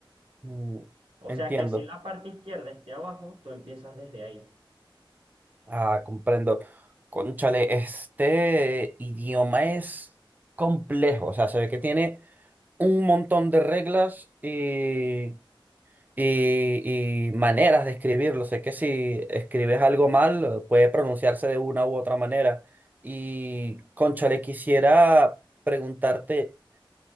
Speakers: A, on the right; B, on the right.
A: Mm,
B: O
A: Entiendo.
B: sea que así la parte izquierda esté abajo, tú empiezas desde ahí.
A: Ah, comprendo. Cónchale, este idioma es complejo. O sea, se ve que tiene un montón de reglas y, y- y maneras de escribirlo. Sé que si escribes algo mal, puede pronunciarse de una u otra manera. Y, cónchale, quisiera preguntarte